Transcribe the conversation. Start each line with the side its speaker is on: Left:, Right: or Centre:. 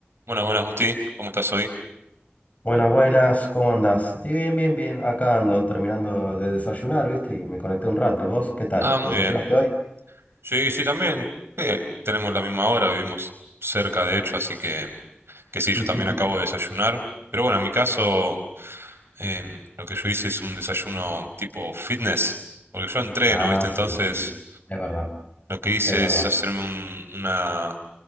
Right: Buenas, buenas, Gusti. ¿Cómo estás hoy?
Left: Buenas, buenas, ¿cómo andás? Y bien, bien, bien, acá ando terminando de desayunar, ¿viste? Y me conecté un rato. ¿Y vos? ¿Qué tal?
Right: Ah, muy
Left: ¿Desayunaste
Right: bien.
Left: hoy?
Right: Sí, sí, también. eh, tenemos la misma hora, vivimos cerca, de hecho, así que, que sí, yo
Left: <laughs>
Right: también acabo de desayunar. Pero bueno, en mi caso, em, lo que yo hice es un desayuno tipo fitness, porque yo entreno,
Left: Ah,
Right: ¿viste?
Left: sí,
Right: Entonces,
Left: sí, es verdad,
Right: lo que hice
Left: es verdad.
Right: es hacerme un- una,